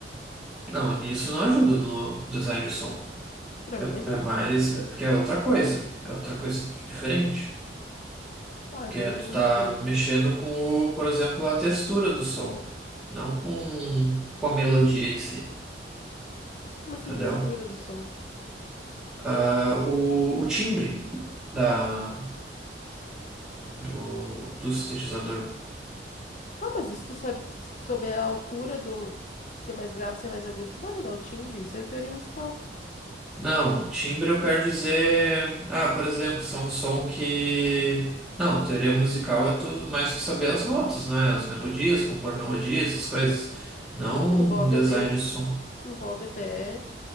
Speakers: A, in the centre; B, on the left.
A: Não, nisso não ajuda no design de som.
B: Pra
A: É,
B: mim, ajuda.
A: é mais. É porque é outra coisa. É outra coisa diferente.
B: Ah,
A: Porque
B: então
A: é,
B: não
A: tu tá
B: entendi direito.
A: mexendo com, o, por exemplo, a textura do som. Não com, com a melodia em si.
B: Como assim,
A: Entendeu?
B: textura do som?
A: Ah, o, o timbre da, do, do sintetizador.
B: Ah, mas isso tu sabe, se tu souber a altura do ser mais grave, ser mais agudo, tu vai mudar o timbre. Isso é teoria musical.
A: Não, o timbre eu quero dizer. Ah, por exemplo, se é um som que. Não, teoria musical é tu, mais tu saber as notas, né? As melodias, compor melodias, essas coisas. Não
B: Não, envolve
A: um design
B: a de...
A: de som.
B: envolve até